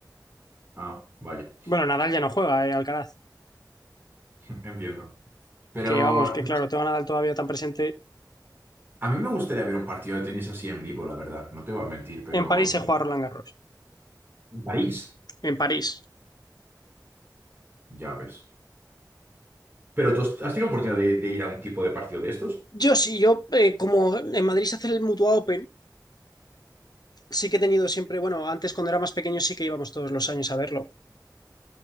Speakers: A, on the right (about 30°); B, on the left (about 65°).
A: Ah, vale,
B: Bueno, Nadal ya no juega, eh, Alcaraz.
A: <laughs> entiendo. Pero
B: Que vamos, que claro, tengo a Nadal todavía tan presente.
A: a mí me gustaría ver un partido de tenis así en vivo, la verdad. No te voy a mentir, pero
B: En París
A: en
B: se juega Roland Garros.
A: París,
B: En París.
A: ya ves. ¿Pero tú has tenido oportunidad de, de ir a un tipo de partido de estos?
B: Yo sí, yo eh, como en Madrid se hace el Mutua Open, sí que he tenido siempre, bueno, antes cuando era más pequeño sí que íbamos todos los años a verlo.